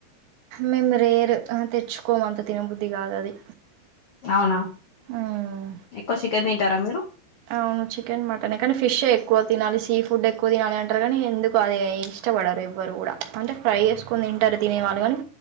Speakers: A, on the right; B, on the left.
A: మేము రేరు ఆ తెచ్చుకోము అంత తినబుద్ధి కాదు అది
B: అవునా
A: ఉమ్
B: ఎక్కువ చికెన్ తిన్ టారా మీరు
A: అవును చికెన్ మటనే కానీ ఫిషే ఎక్కువ తినాలి సీ ఫుడ్ ఎక్కువ తినాలి అంటారు కానీ ఎందుకు అది ఇష్టపడరు ఎవ్వరు కూడా అంటే ఫ్రై చేసుకని తింటారు తినేవాళ్ళు కాని